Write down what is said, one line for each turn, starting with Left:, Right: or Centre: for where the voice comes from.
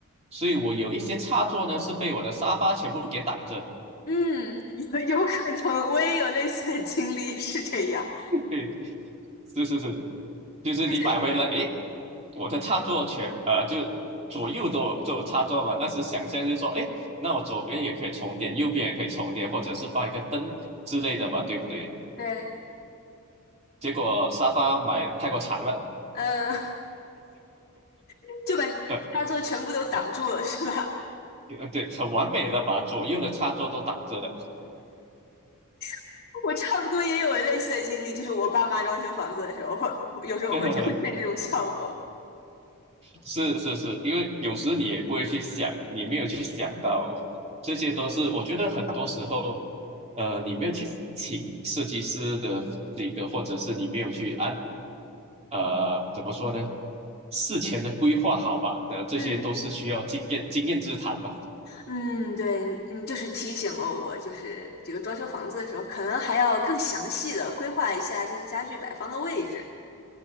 Right: 所以我有一些插座呢是被我的沙发全部给挡着。
Left: 嗯，有有可能，我也有类似的经历，是这样，
Right: <laughs> 是是是，就是你买回来，
Left: 就是
Right: 诶，我的插座全呃就左右都有都有插座嘛，那时想象就是说，哎，那我左边也可以充电，右边也可以充电，或者是放一个灯之类的吧，对不对？
Left: 对，
Right: 结果沙发买太过长了，
Left: 嗯，<laughs> 就把插座全部都挡住了，
Right: <laughs>
Left: 是吧？
Right: 呃，对，很完美的把左右的插座都挡着了。
Left: <laughs> 我差不多也有类似的经历，就是我爸妈装修房子的时候，会有时候会出现这种效果。
Right: <laughs> 是是是，因为有时你也不会去想，你没有去想到，这些都是我觉得很多时候，呃，你没有去请设计师的那个，或者是你没有去按，呃，怎么说呢？事前的规划好吧，的这些都是需要经验经验之谈吧。
Left: 嗯。嗯，对，嗯，就是提醒了我，就是这个装修房子的时候，可能还要更详细的规划一下这些家具摆放的位置。